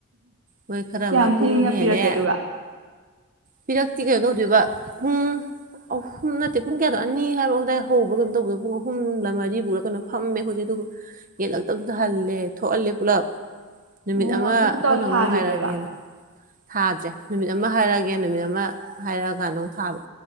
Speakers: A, on the right; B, on the right.
A: ꯃꯣꯏ ꯈꯔ
B: ꯀꯌꯥꯝ
A: ꯑꯃ ꯄꯨꯡ
B: ꯊꯦꯡꯅ
A: ꯍꯦꯜꯂꯦ
B: ꯄꯤꯔꯛꯀꯦ ꯑꯗꯨꯒ
A: ꯄꯤꯔꯛꯇꯤ ꯀꯩꯅꯣ ꯇꯧꯗꯣꯏꯕ ꯄꯨꯡ ꯑꯍꯨꯝ ꯅꯠꯇꯦ ꯄꯨꯡ ꯀꯌꯥꯗꯣ ꯑꯅꯤ ꯍꯥꯏꯕ ꯑꯗꯨꯗꯥꯏ ꯍꯧꯕ꯭ꯔꯥ ꯀꯩꯅꯣ ꯇꯧꯕꯗꯣ ꯄꯨꯡ ꯑꯍꯨꯝꯂ ꯃꯔꯤꯕꯐꯔꯥ ꯀꯩꯅꯣ ꯐꯝꯃꯦ ꯑꯩꯖꯤꯛ ꯑꯗꯨꯒ ꯌꯦꯠꯂꯛꯇꯕꯁꯨꯗ ꯍꯜꯂꯦ ꯊꯣꯛꯍꯜꯂꯦ ꯄꯨꯂꯞ ꯅꯨꯃꯤꯠ
B: ꯑꯣ
A: ꯑꯃ
B: ꯑꯗꯨꯝ
A: ꯑꯩꯈꯣꯏꯅ
B: ꯇꯧ ꯊꯥꯈꯤꯗ꯭ꯔꯦꯕ
A: ꯑꯃꯨꯛ ꯍꯥꯏꯔꯛꯑꯒꯦꯅ ꯍꯖ ꯅꯨꯃꯤꯠ ꯑꯃ ꯍꯥꯏꯔꯛꯑꯒꯦ ꯅꯨꯃꯤꯠ ꯑꯃ ꯍꯥꯏꯔꯛꯑꯀ ꯅꯣꯡ ꯊꯥꯕ